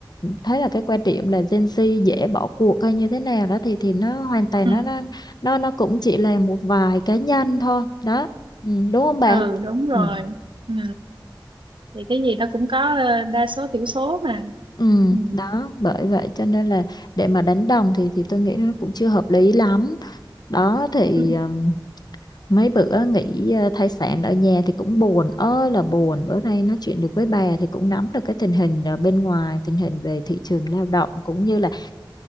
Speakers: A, on the left; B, on the right.
A: thấy là cái quan điểm là Gen Z dễ bỏ cuộc hay như thế nào đó thì thì nó hoàn toàn
B: ừ.
A: nó nó nó nó cũng chỉ là một vài cá nhân thôi đó ừ, đúng không bà
B: ừ đúng rồi
A: ừ.
B: ừ. thì cái gì nó cũng có ờ, đa số thiểu số mà
A: Ừ,
B: ừ.
A: đó bởi vậy cho nên là để mà đánh đồng thì thì tôi nghĩ nó cũng chưa hợp lý lắm đó thì
B: Ừ.
A: ừm, mấy bữa nghỉ ờ, thai sản ở nhà thì cũng buồn ơi là buồn bữa nay nói chuyện được với bà thì cũng nắm được cái tình hình ờ, bên ngoài tình hình về thị trường lao động cũng như là